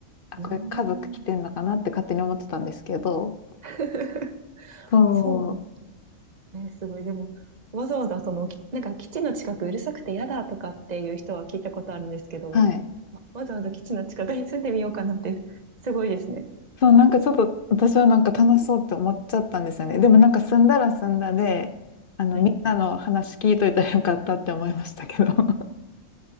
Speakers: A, on the left (about 55°); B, on the right (about 35°).
A: あ、
B: うーん。
A: これ家族来てんのかなって勝手に思ってたんですけど、
B: <laughs>
A: そ
B: あ、そうなんですねすごい。でも、わざわざその、きなんか基地の近くうるさくて嫌だとかっていう人は聞いたことあるんですけど、
A: う、はい。
B: わざわざ基地の近くに住んでみようかなって、すごいですね。
A: そう、なんかちょっと私はなんか楽しそうって思っちゃったんですよね。でもなんか住んだら住んだで、あの、
B: はい。
A: みんなの話聞いといたらよかったって思いましたけど。<laughs>